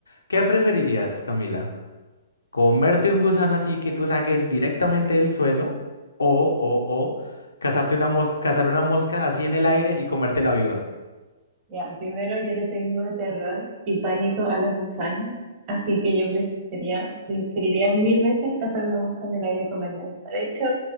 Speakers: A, on the left; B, on the right.
A: ¿qué preferirías, Camila? comerte un gusano así que tú saques directamente del suelo o, o, o cazarte una mos- cazar una mosca así en el aire y comértela viva.
B: Ya, primero yo le tengo terror y pánico a los gusanos, así que yo preferiría, preferiría mil veces cazar una mosca en el aire y comerla viva. De hecho,